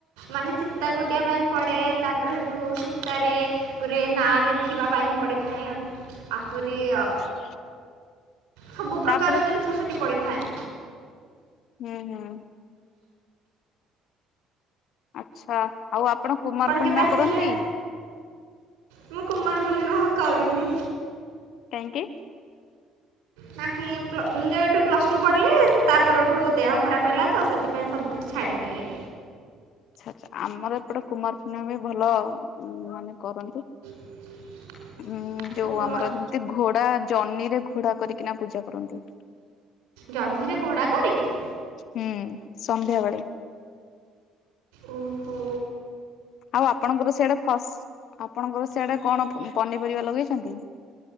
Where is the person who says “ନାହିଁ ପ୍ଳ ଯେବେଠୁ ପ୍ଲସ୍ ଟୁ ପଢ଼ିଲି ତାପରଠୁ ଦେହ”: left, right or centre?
Right